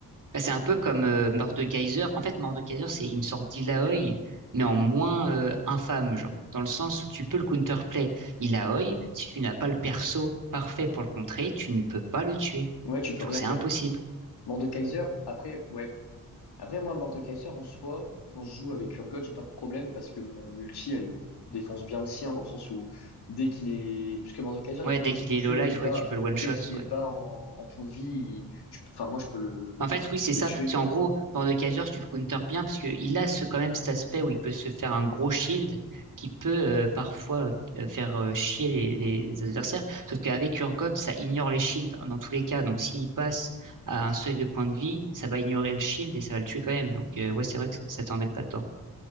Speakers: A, on the right; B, on the left.
A: Bah, c'est un peu comme euh, Mordekaiser. En fait, Mordekaiser, c'est une sorte d'Illaoi, mais en moins euh, infâme, genre. Dans le sens où tu peux le counterplay Illaoi, si tu n'as pas le perso parfait pour le contrer, tu ne peux pas le tuer.
B: Ouais, tu peux
A: Genre,
B: rien
A: c'est
B: faire.
A: impossible.
B: Mort de Kaiser, après, ouais, Après, moi, mort de Kaiser, en soi, quand je joue avec Urgot, j'ai pas de problème parce que mon ulti, elle défonce bien le sien dans le sens où dès qu'il est. Parce que mort de Kaiser,
A: Ouais,
B: il y a pas
A: dès
B: un truc,
A: qu'il est
B: plus
A: low life,
B: il est bas,
A: ouais, tu peux le one
B: dès
A: shot,
B: qu'il
A: ouais.
B: est bas en, en point de vie, il- je- enfin, moi, je peux le,
A: En fait, oui, c'est
B: le
A: ça.
B: tuer.
A: C'est en gros, Lord de Kaiser, tu le counter bien parce qu'il a ce, quand même cet aspect où il peut se faire un gros shield qui peut euh, parfois euh, faire euh, chier les, les adversaires. Sauf qu'avec Urgot, ça ignore les shields dans tous les cas. Donc s'il passe à un seuil de points de vie, ça va ignorer le shield et ça va le tuer quand même. Donc euh, ouais, c'est vrai que ça t'embête pas tant.